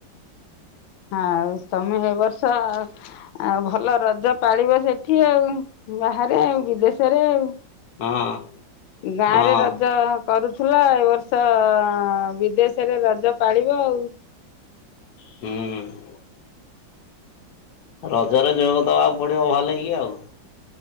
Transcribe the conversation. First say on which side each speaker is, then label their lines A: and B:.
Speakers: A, on the left (about 85°); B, on the left (about 60°).
A: ଆଉ ତମେ ଏ ବର୍ଷ ଆଉ ଭଲ ରଜ ପାଳିବ ସେଠି ଆଉ ବାହାରେ ଆଉ ବିଦେଶରେ ଆଉ।
B: ହଁ।
A: ଗାଁ
B: ହଁ
A: ରେ ରଜ କରୁଥିଲ, ଏ ବର୍ଷ ବିଦେଶରେ ରଜ ପାଳିବ ଆଉ।
B: ହୁଁ। ରଜରେ ଯୋଗ ଦବାକୁ ପଡିବ ଭଲେଇକି ଆଉ।